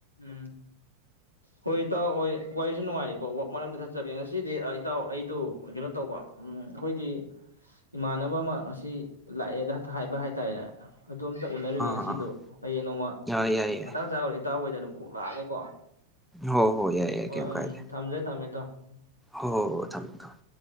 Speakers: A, on the left; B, in the centre.
A: ꯎꯝ ꯍꯣꯏ ꯏꯇꯥꯎ ꯍꯣꯏ ꯋꯥꯔꯤꯁꯨ ꯅꯨꯡꯉꯥꯏꯔꯤꯀꯣ ꯋꯥꯛ ꯃꯔꯛ ꯑꯝꯇ ꯊꯠꯆꯒꯦ ꯉꯁꯤꯗꯤ ꯏꯇꯥꯎ ꯑꯩꯗꯨ ꯀꯩꯅꯣ ꯇꯧꯕ ꯑꯩꯈꯣꯏꯒꯤ ꯏꯃꯥꯟꯅꯕ ꯑꯃ ꯉꯁꯤ ꯂꯥꯛꯑꯦꯗ ꯍꯥꯏꯕ ꯍꯥꯏꯇꯥꯔꯦꯅꯦ ꯑꯗꯨꯝ ꯑꯝꯇ ꯎꯅꯔꯨꯒꯦ
B: ꯑꯥ ꯑꯥ
A: ꯉꯁꯤꯗꯣ ꯍꯌꯦꯡ ꯅꯣꯡꯃ
B: ꯌꯥꯏ ꯌꯥꯏ ꯌꯥꯏ
A: ꯃꯇꯥꯡ ꯆꯥ ꯏꯇꯥꯎꯑꯣꯗ ꯑꯗꯨꯝ ꯀꯣꯛꯂꯥꯛꯑꯒꯦꯀꯣ
B: ꯍꯣꯏ ꯍꯣꯏ ꯌꯥꯏ ꯌꯥꯏ
A: ꯑꯣ
B: ꯀꯩꯝ ꯀꯥꯏꯗꯦ
A: ꯎꯝ ꯊꯥꯡꯖꯦ ꯊꯥꯡꯃꯦ ꯏꯇꯥꯎ ꯎꯝ <inaudible>
B: ꯍꯣ ꯊꯝ ꯊꯝ